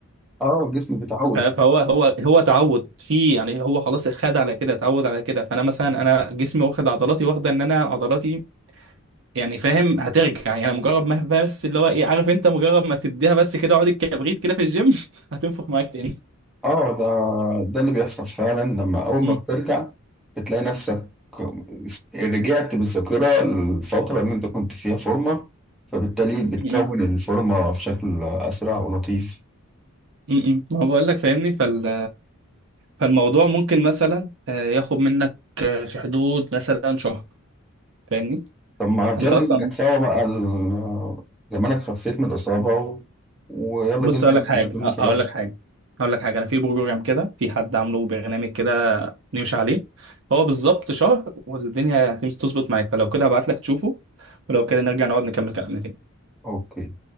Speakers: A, in the centre; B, on the right (about 60°).
A: اه الجسم بيتعود
B: ف- فهو هو هو تعود في يعني هو خلاص خد على كده اتعود على كده فانا مثلا انا جسمي واخد عضلاتي واخده ان انا عضلاتي يعني فاهم هترجع يعني مجرد ما بس اللي هو ايه عارف انت مجرد ما تديها بس كده اقعد الكبريت كده في الجيم <laughs> هتنفخ معاك تاني
A: اه ده ده اللي بيحصل فعلا لما اول ما
B: مم.
A: بترجع بتلاقي نفسك رجعت بالذاكره الفتره اللي انت كنت فيها فورمه فبالتالي بتكون
B: مم.
A: الفورمه في شكل اسرع ولطيف
B: مم. ما بقول لك فاهمني فال... فالموضوع ممكن مثلا آه، ياخد منك آه، في حدود مثلا شهر فاهمني
A: طب ما
B: انت
A: يلا
B: اصلا
A: نرجع سوا بقى ال- زمانك خفيت من الاصابه و... ويلا
B: بص
A: بينا
B: اقول
A: ننزل
B: لك حاجه
A: الجيم
B: أه،
A: سوا
B: هقول لك حاجه هقول لك حاجه انا في بروجرام كده في حد عامله برنامج كده نمشي عليه هو بالظبط شهر والدنيا هتمشي تظبط معاك فلو كده هبعت لك تشوفه ولو كده نرجع نقعد نكمل كلامنا تاني
A: اوكي